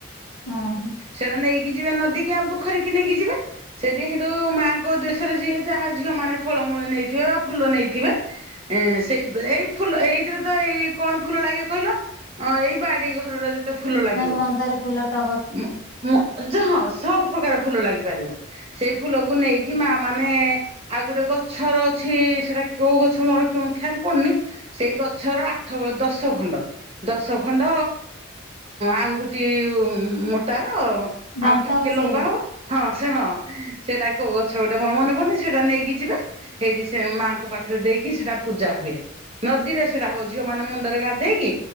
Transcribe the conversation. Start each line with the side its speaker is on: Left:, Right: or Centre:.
Left: ହଁ ହଁ।
Right: ସେଇଟା ନେଇକି ଯିବେ ନଦୀ ଆଉ ପୋଖରୀ କିି ନେଇକି ଯିବେ। ସେଠି ସେଠୁ ମାଆଙ୍କ ଉଦ୍ଦେଶ୍ୟରେ ଯିଏ ଯାହା ଝିଅ ମାନେ ଫଳମୂଳ ନେଇଥିବେ ବା ଫୁଲ ନେଇଥିବେ ଏଁ ସେଇ ଏଇ ଫୁଲ ଏଇଥିରେ ତ ଏଇ କଣ ଫୁଲ ଲାଗେ କହିଲ? ଅଁ ଏଇ ବାଡି ଘରର ଯେତେ ଫୁଲ ଲାଗିବ।
Left: ନାଇଁ ମନ୍ଦାର ଫୁଲ, ଟ
Right: ମ ମ ଯ ହଁ ସବୁ ପ୍ରକାର ଫୁଲ ଲାଗି ପାରିବ। ସେଇ ଫୁଲକୁ ନେଇକି ମାଆ ମାନେ ଆଉ ଗୋଟେ ଗଛର ଅଛି ସେଟା କୋଉ ଗଛ ମୋର ଖିଆଲ ପଡ଼ୁନି ସେଇ ଗଛର ଆଠ ଦଶ ଖଣ୍ଡ, ଦଶ ଖଣ୍ଡ ଆଙ୍ଗୁଠି ଟି ମୋଟା ର
Left: ଦାନ୍ତ
Right: ଆଉ ଟିକେ
Left: ଘଷେଇବେ
Right: ଲମ୍ବା ହବ ହଁ ସେ ହଁ ସେଟା କୋଉ ଗଛ ଗୋଟେ ମୋର ମନେ ପଡ଼ୁନ ସେଇଟା ନେଇକି ଯିବେ। ହେଇଠି ସେ ମାଆଙ୍କ ପାଖରେ ଦେଇକି ସେଟା ପୂଜା ହୁଏ। ନଦୀରେ ସେଟା ହବ ଝିଅ ମାନେ ମୁଣ୍ଡରେ ଗାଧେଇକି